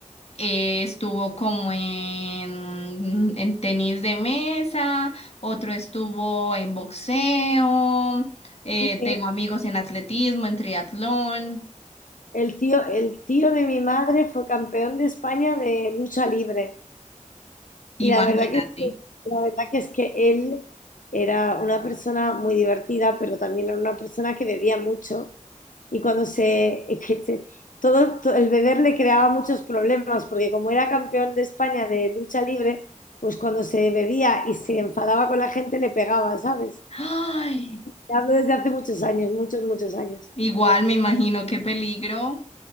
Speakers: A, on the left; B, on the left.
A: eh, estuvo como en, en tenis de mesa, otro estuvo en boxeo, eh,
B: sí, ¿eh?
A: tengo amigos en atletismo, en triatlón,
B: el tío, el tío de mi madre fue campeón de España de lucha libre. Y
A: imagínate.
B: la verdad que, es que- la verdad que es que él era una persona muy divertida, pero también era una persona que bebía mucho. Y cuando se, <laughs> es que se- todo, to- el beber le creaba muchos problemas, porque como era campeón de España de lucha libre, pues cuando se bebía y se enfadaba con la gente le pegaba, ¿sabes?
A: Ay,
B: Te Hablo desde hace muchos años, muchos, muchos años.
A: igual me imagino qué peligro.